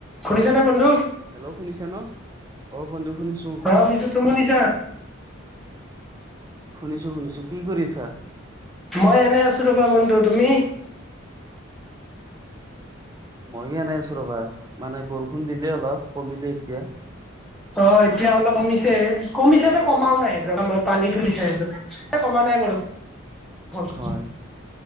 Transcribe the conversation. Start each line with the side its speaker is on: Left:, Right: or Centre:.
Centre: শুনিছেনে বন্ধু।
Right: হেল্ল' শুনিছা ন অ বন্ধু শুনিছো।
Centre: অ শুনিছোঁ তুমি শুনিছা।
Right: শুনিছোঁ শুনিছোঁ কি কৰিআছা।
Centre: মই এনে আছো ৰবা বন্ধু তুমি।
Right: ময়ো আনাই আছোঁ ৰবা মানে বৰষুণ দিলে অলপ কমিলে এতিয়া।
Centre: অ এতিয়া অলপ কমিছে কমিছে নে কমাও নাই ৰা মই পানী তুলিছে। এ কমা নাই কৰো। হ'ল।
Right: হয়।